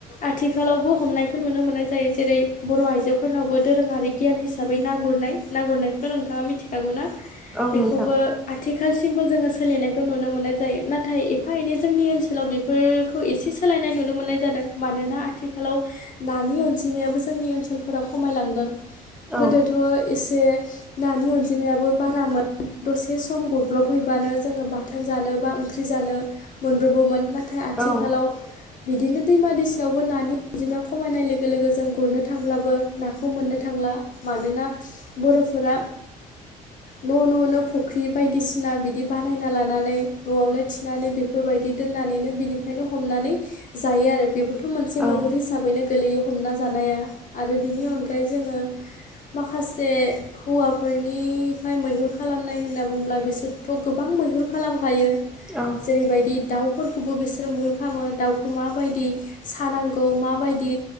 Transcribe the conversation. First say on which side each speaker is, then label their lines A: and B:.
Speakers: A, on the left (about 40°); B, in the centre.
A: आथिखालावबो हमनायखौ नुनो मोननाय जायो जेरै बर' आइजोफोरनावबो दोरोङारि गियान हिसाबै ना गुरनाय ना गुरनायखौथ' नोंथाङा मिथिखागौ ना
B: औ
A: बेखौबो
B: नोंथां
A: आथिखालसिमबो जोङो सोलिनायखौ नुनो मोननाय जायो नाथाय एफा एनै जोंनि ओनसोलाव बेफोर खौ एसे सोलायनाय नुनो मोननाय जादों मानोना आथिखालाव नानि अनजिमायाबो जोंनि ओनसोलफोराव खमायलांदों
B: औ
A: गोदोथ' एसे नानि अनजिमाबो बारामोन दसे सम गब्लबहैबानो जोङो बाथोन जानो बा ओंख्रि जानो मोनब्रबोमोन नाथाय आथिखालाव
B: औ औ
A: बिदिनो दैमा दैसायावबो नानि अनजिमाया खमायनाय लोगो लोगो जों गुरनो थांब्लाबो नाखौ मोननो थांला मानोना बर'फोरा न' न'नो फुख्रि बायदिसिना बिदि बानायना लानानै न'आवनो थिनानै बे बेफोरबायदि दोननानैनो बिनिफ्रायनो हमनानै जायो आरो बेफोरखौ मोनसे
B: औ
A: मैहुर हिसैनो गोलैयो हमना जानाया आरो बेनि अनगायै ओ जोङो माखासे हौवाफोरनि ओमफ्राय मैहुर खालामनाय होनना बुंु्ला बिसोरथ' गोबां मैहुर खालामखायो
B: औ
A: जेरैबायदि दाउफोरखौबो बिसोर मैहुर खालामो दाउखौ माबायदि सानांगौ माबायदि